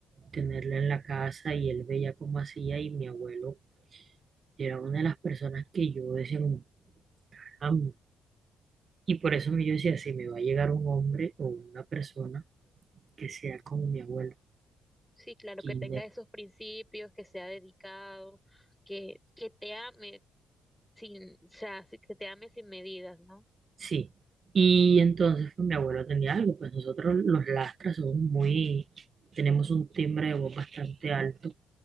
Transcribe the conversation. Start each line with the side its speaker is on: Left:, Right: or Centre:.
Right: tenerla en la casa y él veía cómo hacía y mi abuelo era una de las personas que yo decía, como, "Caramba". Y por eso yo decía, si me va a llegar un hombre o una persona que sea como mi abuelo,
Centre: Sí, claro,
Right: que
Centre: que tenga esos principios, que sea dedicado, que, que te ame sin, o sea, sí, que te ame sin medidas, ¿no?
Right: Sí, y entonces pues, mi abuelo tenía algo, pues nosotros los lastras somos muy, tenemos un timbre de voz bastante alto,